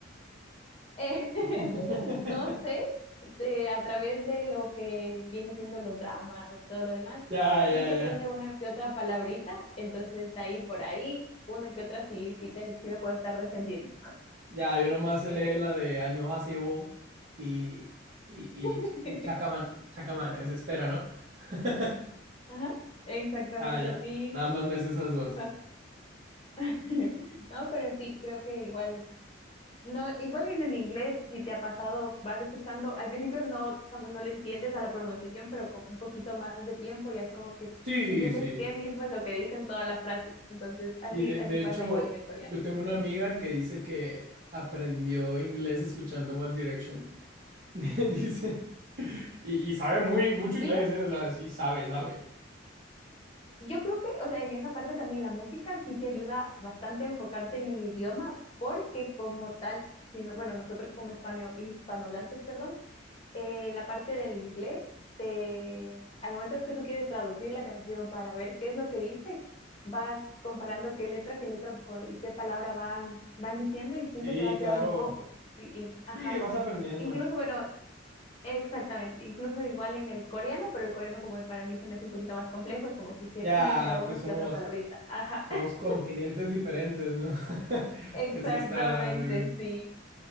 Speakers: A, on the left; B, on the right.
A: Eh, <laughs>
B: <laughs>
A: no sé de- a través de lo que viene siendo los dramas y todo lo demás,
B: Ya, ya,
A: sí se
B: ya.
A: aprende una que otra palabrita, entonces de ahí por ahí, una que otra sí, sí, te, sí me puedo estar defendiendo.
B: Ya, yo nomás sé la de Añohaseyo y, y,
A: <laughs>
B: y, Ch- y Chacaman. Chacaman, es espera, ¿no? <laughs>
A: Ajá, exactamente,
B: Ah, ya.
A: sí.
B: Nada más me sé esas dos.
A: Ajá. <laughs> No, pero sí, creo que igual, no, igual en el inglés, si te ha pasado, vas escuchando, al principio no, no, no le entiendes a la pronunciación, pero con un poquito más de tiempo ya es como que
B: Sí,
A: entiendes
B: sí.
A: qué mismo es lo que dicen toda la frase. Entonces, así,
B: Y de,
A: así
B: de
A: pasa
B: hecho,
A: igual en el coreano.
B: yo tengo una amiga que dice que aprendió inglés escuchando One Direction. <laughs> Dice, y, y sabe muy, mucho inglés,
A: Yo,
B: ¿eh? O sea, sí sabe, sabe.
A: yo creo que, o sea, en esa parte también la música sí te ayuda bastante a enfocarte en el idioma, porque como tal, si no- bueno, nosotros como hispano, hispanohablantes, perdón, eh, la parte del inglés, te, al momento que tú quieres traducir la canción para ver qué es lo que dice, vas comparando qué letra, qué letra co- y qué palabra van, van diciendo y sí
B: Sí,
A: se te va quedando
B: claro.
A: un poco. Y, y, ajá.
B: Sí, vas aprendiendo.
A: Incluso, bueno, Exactamente, incluso igual en el coreano, pero el coreano como para mí se me hace un poquito más complejo, es como que sí,
B: Ya,
A: sí se me han quedado una
B: pues somos,
A: que otra palabrita. Ajá,
B: somos
A: <laughs>
B: continentes diferentes, ¿no? <laughs>
A: exactamente,
B: Pues sí está. así es.
A: sí.